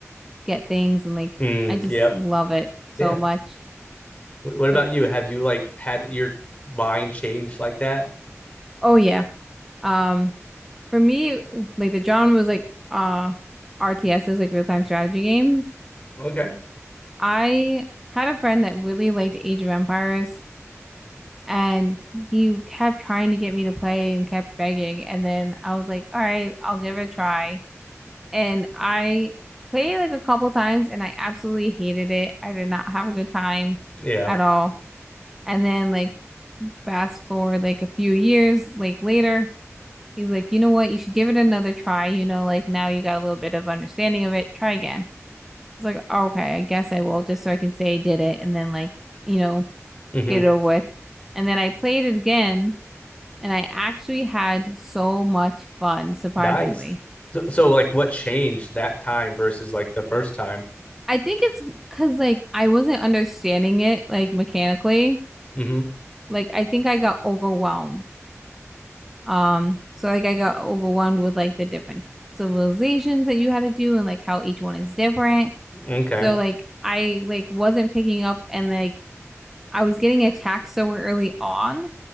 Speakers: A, in the centre; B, on the left (about 25°).
A: get things and like
B: Mm,
A: I just
B: yep,
A: love it so
B: yeah.
A: much.
B: What, what about
A: But
B: you? Have you like had your mind changed like that?
A: oh yeah, um, for me like the genre was like uh RTSs like real time strategy games.
B: Okay,
A: I had a friend that really liked Age of Empires and he kept trying to get me to play and kept begging and then I was like, all right, I'll give it a try. and I played like a couple times and I absolutely hated it. I did not have a good time
B: yeah,
A: at all. And then like fast forward like a few years like later, he's like, "You know what? You should give it another try. You know, like now you got a little bit of understanding of it. Try again." It's like, "Okay, I guess I will just so I can say I did it and then like, you know,
B: hmm
A: get it over with." And then I played it again and I actually had so much fun, surprisingly.
B: nice. So, so like, what changed that time versus like the first time?
A: I think it's because like I wasn't understanding it like mechanically.
B: hmm
A: Like I think I got overwhelmed. Um, so like I got overwhelmed with like the different civilizations that you had to do and like how each one is different.
B: Okay.
A: So like I like wasn't picking up and like I was getting attacked so early on